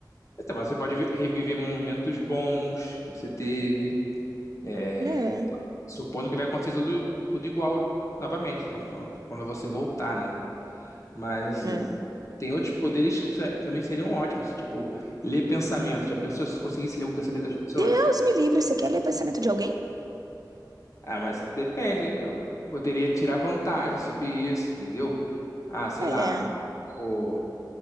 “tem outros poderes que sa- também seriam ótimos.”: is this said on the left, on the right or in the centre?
Left